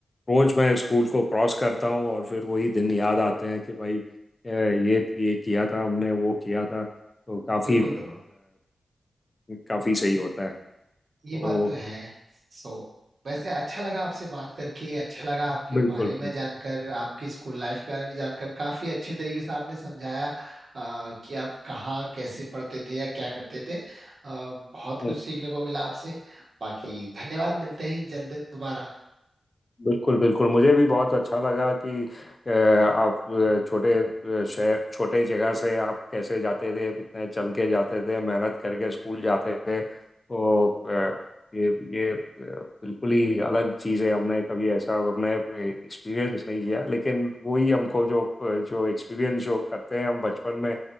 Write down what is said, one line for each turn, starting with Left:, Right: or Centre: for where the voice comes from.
Left: रोज मैं स्कूल को क्रॉस करता हूँ और फिर वही दिन याद आते हैं कि भाई अ, ये ये किया था हमने वो किया था तो काफ़ी
Right: बिल्कुल बिल्कुल
Left: काफ़ी सही होता है तो
Right: ये बात तो है सो वैसे अच्छा लगा आपसे बात करके अच्छा लगा आपके
Left: बिल्कुल
Right: बारे में
Left: बिल्कुल
Right: जानकर आपकी स्कूल लाइफ के बारे में जानकर काफी अच्छे तरीके से आपने समझाया अ, कि आप कहाँ कैसे पढ़ते थे या क्या करते थे अ, बहुत कुछ
Left: बिल्कुल
Right: सीखने को मिला आपसे बाकी धन्यवाद मिलते हैं जल्द दोबारा
Left: बिल्कुल बिल्कुल मुझे भी बहुत अच्छा लगा कि अ, आप अ, छोटे अ, शहर छोटे जगह से आप कैसे जाते थे कितने चल के जाते थे मेहनत करके स्कूल जाते थे तो अ, ये ये अ, बिल्कुल ही अलग चीज़ है हमने कभी ऐसा अपने एक्सपीरियंस नहीं किया लेकिन वही हमको जो जो एक्सपीरियंस जो करते हैं हम बचपन में